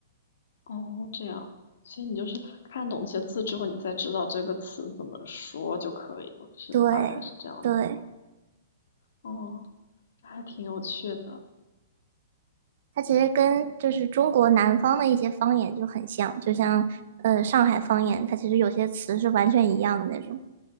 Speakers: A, on the left; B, on the right.
A: 哦这样，所以你就是看懂那些字之后，你再知道这个词怎么说就可以了，是大概是这样子吧。
B: 对对，
A: 哦，还挺有趣的。
B: 它其实跟就是中国南方的一些方言就很像，就像呃上海方言，它其实有些词是完全一样的那种，